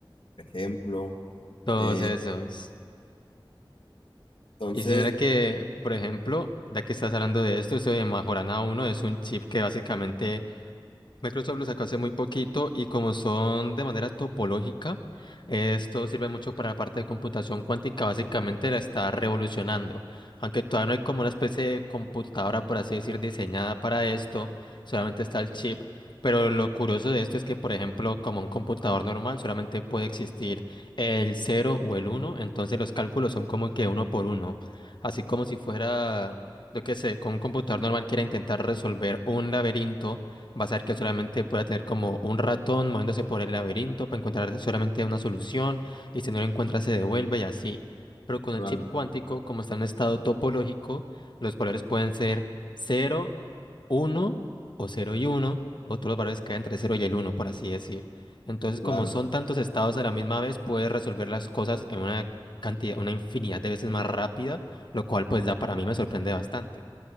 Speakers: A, on the left; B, on the left.
A: por ejemplo.
B: todos
A: Eh,
B: esos.
A: entonces,
B: Y si mira que, por ejemplo, ya que estás hablando de esto, eso de Majorana uno es un chip que básicamente Microsoft lo sacó hace muy poquito y como son de manera topológica, esto sirve mucho para la parte de computación cuántica, básicamente la está revolucionando. Aunque todavía no hay como una especie de computadora, por así decir, diseñada para esto, solamente está el chip. Pero lo curioso de esto es que, por ejemplo, como un computador normal, solamente puede existir el cero o el uno entonces los cálculos son como que uno por uno, así como si fuera... Yo qué sé, con un computador normal quiera intentar resolver un laberinto, Vas a ver que solamente pueda tener como un ratón moviéndose por el laberinto para encontrar solamente una solución y si no lo encuentra se devuelve y así. Pero con el
A: Claro,
B: chip cuántico, como está en un estado topológico, los valores pueden ser cero uno o cero y uno o todos los valores caen entre cero y el uno por así decir. Entonces,
A: claro.
B: como son tantos estados a la misma vez, puedes resolver las cosas en una cantidad, una infinidad de veces más rápida, lo cual pues da para mí me sorprende bastante.